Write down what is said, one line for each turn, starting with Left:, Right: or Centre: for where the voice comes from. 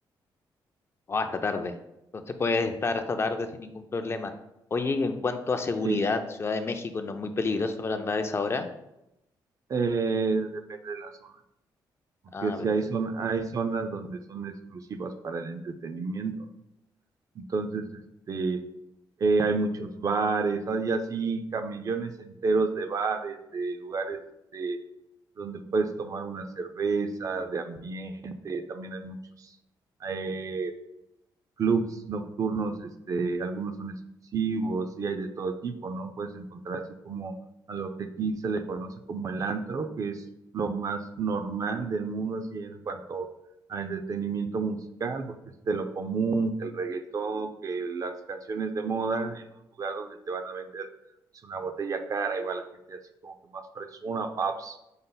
Left: o hasta tarde. Entonces puedes estar hasta tarde sin ningún problema. Oye, y en cuanto a seguridad,
Right: Sí,
Left: Ciudad de México no es muy peligroso para andar a esa hora.
Right: Eh, depende de la zona. Porque
Left: Ah,
Right: si
Left: perfecto.
Right: hay, zon- hay zonas donde son exclusivas para el entretenimiento, ¿no? Entonces, este, eh, hay muchos bares, hay así camellones enteros de bares, de lugares este, donde puedes tomar una cerveza, de ambiente, también hay muchos. eh, clubs nocturnos, este, algunos son exclusivos y hay de todo tipo, ¿no? Puedes encontrar así como a lo que aquí se le conoce como el antro, que es lo más normal del mundo así en cuanto a entretenimiento musical, porque es de lo común, que el reggaetón, que las canciones de moda en un lugar donde te van a vender pues, una botella cara y va la gente así como que más fresona, paps.